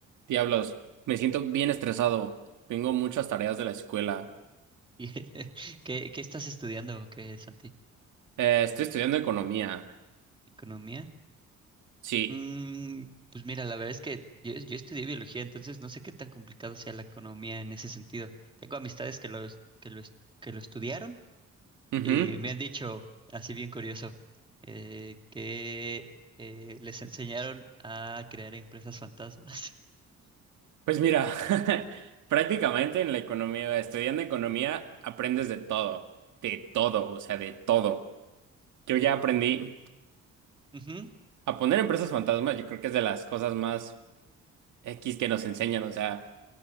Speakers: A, on the right (about 75°); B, on the right (about 15°).
A: Diablos, me siento bien estresado. Tengo muchas tareas de la escuela.
B: Y- <laughs> ¿Qué, qué estás estudiando, o qué, Santi?
A: Eh, estoy estudiando economía.
B: ¿Economía?
A: Sí.
B: Mm, pues mira, la verdad es que yo, yo estudié biología, entonces no sé qué tan complicado sea la economía en ese sentido. Tengo amistades que lo, es- que lo, es- que lo estudiaron
A: Ujú.
B: y me han dicho, así bien curioso, eh, que eh, les enseñaron a crear empresas fantasmas.
A: Pues mira, <laughs> prácticamente en la economía, estudiando economía, aprendes de todo. De todo, o sea, de todo. Yo ya aprendí
B: <laughs> Ujú,
A: a poner empresas fantasmas. Yo creo que es de las cosas más X que nos enseñan. O sea,